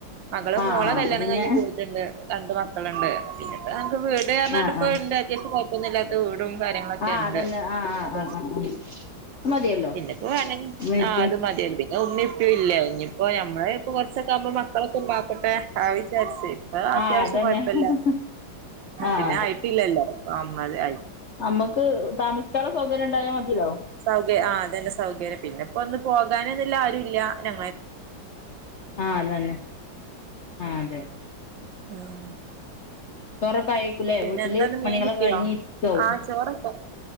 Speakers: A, on the right; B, on the left.
A: മകള്
B: ആഹ്
A: മോളെ
B: ആഹ്
A: കല്യാണം
B: അപ്പൊ പിന്നെ
A: കഴിഞ്ഞഞ് പോയിട്ടുണ്ട്. രണ്ട് മക്കളുണ്ട് പിന്നെപ്പ നമുക്ക് വീട് കേറണണ്ട്
B: ആഹ്
A: ഇപ്പ
B: ആഹ്
A: ഇണ്ട് അത്യാവശ്യം ഒന്നില്ലാത്ത വീടും കാര്യങ്ങളൊക്കെ
B: ആഹ്
A: ഉണ്ട്
B: അതന്നെ ആഹ് ആഹ്
A: അത
B: ആഹ് ആഹ് ആഹ് മതിയല്ലോ
A: പിന്നെപ്പോ വേണെ
B: ഉമ്മയും
A: ആഹ്
B: ഉപ്പയും
A: അത് മതി പിന്നെ ഉമ്മി പറ്റും ഇല്ല ഇനിയിപ്പോ ഞമ്മള് ഇപ്പൊ കൊറച്ചൊക്കെ ആവുമ്പോ മക്കളൊക്കെ ഉണ്ടാക്കട്ടെ ആഹ് വിചാരിച്ച് ഇപ്പാ അത്യാവശ്യം
B: ആഹ് അതന്നെ
A: കൊഴപ്പില്ല
B: ആഹ്
A: പിന്നെ ആയിട്ടില്ലല്ലോ അമ്മല് ആയി
B: നമ്മുക്ക് താമസിക്കാനുള്ള സൗകര്യം ഉണ്ടായാൽ മതില്ലോ
A: സൗകര്യം ആഹ് അതന്നെ സൗകര്യം പിന്നെ ഇപ്പൊ ഒന്ന് പോകാനന്നല്ല ആരും ഇല്ല പിന്നെ അമ്മയി
B: ആഹ് അതന്നെ ആഹ് അതെ
A: <inaudible>
B: ചോറൊക്കെ ആയിക്കൂലേ
A: പിന്നെ
B: വീട്ടില്
A: എന്താന്ന് മീൻ
B: പണികളൊക്കെ
A: കിട്ടിയോ
B: കഴിഞ്ഞി ഇരിക്കവും
A: ആ ചോറൊക്കെ